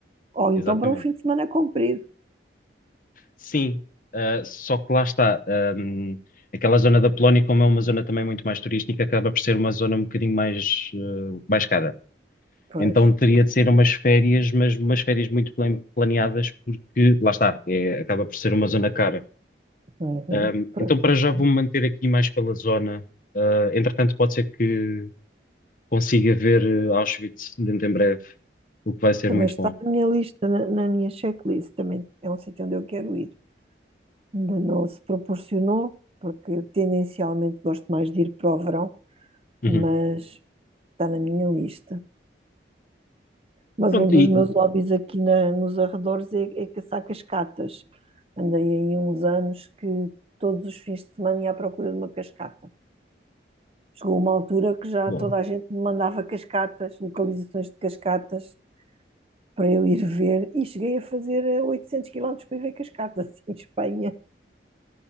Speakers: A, on the right; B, on the left.
A: Ou
B: Exatamente.
A: então para um fim de semana comprido.
B: Sim, ah, só que lá está. ahm, aquela zona da Polónia, como é uma zona também muito mais turística, acaba por ser uma zona um bocadinho mais, ah, mais cara.
A: Pois.
B: Então teria de ser umas férias, mas umas férias muito plan- planeadas, porque lá está, é- acaba por ser uma zona cara.
A: Uhum.
B: Um,
A: Pois,
B: então, para
A: ok.
B: já vou-me manter aqui mais pela zona. Uh, entretanto, pode ser que consiga ver uh, Auschwitz dentro em breve, o que vai ser
A: Também
B: muito
A: está
B: bom.
A: na minha lista, na, na minha checklist, também é um sítio onde eu quero ir. Ainda não se proporcionou, porque eu tendencialmente gosto mais de ir para o verão,
B: Uhum.
A: mas está na minha lista. Mas
B: Pronto,
A: um dos
B: e, e-
A: meus hobbies aqui na- nos arredores é, é caçar cascatas. Andei aí uns anos que todos os fins de semana ia à procura de uma cascata. Chegou uma altura que já
B: boa.
A: toda a gente me mandava cascatas, localizações de cascatas, para eu ir ver. E cheguei a fazer eh, 800 quilómetros para ir ver cascatas <laughs> em Espanha.